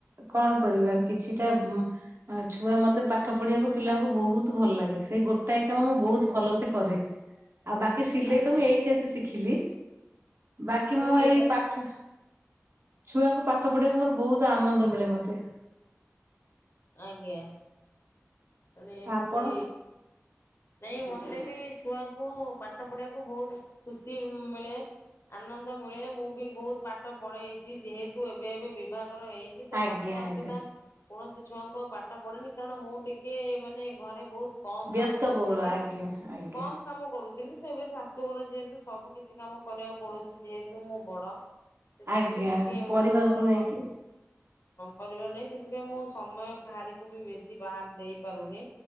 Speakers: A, on the right; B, on the left.
A: କଣ କରିବା କିଛିଟା ଛୁଆ ମ ତେ ପାଠ ପଢିବାକୁ ପିଲାଙ୍କୁ ବହୁତ ଭଲ ଲାଗେ। ସେଇ ଗୋଟାଏ କାମ ମୁଁ ବହୁତ ଭଲ ସେ କରେ। ଆଉ ବାକି ସିଲେଇ
B: ଆଜ୍ଞା
A: ତ ମୁଁ ଏଇଠି ଆସି ଶିଖିଲି। ବାକି
B: ଆଜ୍ଞା
A: ମୁଁ ଏଇ ପାଠ ଛୁଆଙ୍କୁ ପାଠ ପଢିବାକୁ ମୋର ବହୁତ ଆନନ୍ଦ ମିଳେ ମତ ତେ।
B: ଆଜ୍ଞା। ମାନେ ଏମତି
A: ଆପଣ
B: ନାଇଁ ମତେ ବି ଛୁଆଙ୍କୁ ପାଠ ପଢିବାକୁ ବହୁତ ଖୁସି ମିଳେ। ଆନନ୍ଦ ମିଳେ ମୁଁ ବି ବହୁତ ପାଠ ପଢେଇଛି ଯେହେତୁ ଏବେ ଏବେ ବିଭାଗ ର ହେଇଛି ତ
A: ଆଜ୍ଞା
B: ବର୍ତ୍ତମାନ
A: ଆଜ୍ଞା।
B: ସୁଦ୍ଧା କୌଣସି ଛୁଆଙ୍କୁ ଆଉ ପାଠ ପଢନି କାରଣ ମୁଁ ଟିକ କି ମାନେ ଘରେ ବହୁତ କମ
A: ବ୍ୟସ୍ତବହୁଳ
B: କାମ କରୁଥିଲି
A: ଆଜ୍ଞା ଆଜ୍ଞା
B: କମ କାମ କରୁଥିଲି ଏବେ ଶାଶୁଘର ଯେହେତୁ ସବୁ କିଛି କାମ କରିବାକୁ ପଡୁଛି ଯେହେତୁ ମୁଁ ବଡ ସେଥିପାଇଁ
A: ଆଜ୍ଞା
B: ଟିକେ
A: ପରିବାରକୁ
B: ମୋର
A: ନେଇକି
B: ପରିବାର ନେଇଁ ସେ ସେଥିପ ମୁଁ ସମୟ କାହାରିକୁ ବି ବେଶୀ ବାଦ୍ ଦେଇ ପାରୁନି